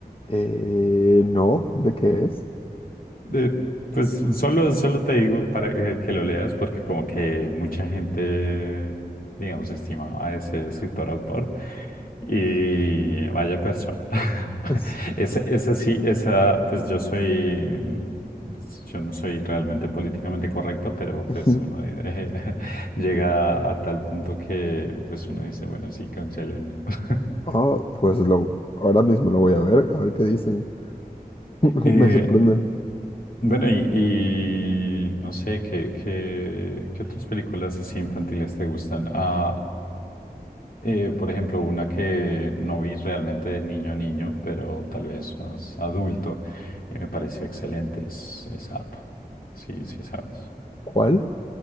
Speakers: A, on the left; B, on the left.
A: Eh, no, ¿de qué es?
B: Eh, pues solo, solo te digo para que, que lo leas, porque como que mucha gente, digamos, estimaba a ese escritor autor. Y vaya persona. <laughs>
A: ¿En serio?
B: Esa, esa sí, esa, pues yo soy, pues, yo no soy realmente políticamente correcto, pero
A: <laughs>
B: pues uno eh, <laughs> llega a, tal punto que pues uno dice, bueno, sí, cancelen. <laughs>
A: Ah, pues lo, ahora mismo lo voy a ver, a ver qué dicen. <laughs>
B: Eh,
A: Me sorprende.
B: bueno, y, y no sé, ¿qué, qué, qué otras películas así infantiles te gustan? Ah, eh, por ejemplo, una que no vi realmente de niño a niño, pero tal vez más adulto, y me pareció excelente, es, es Up. Sí, sí, sabes.
A: ¿Cuál?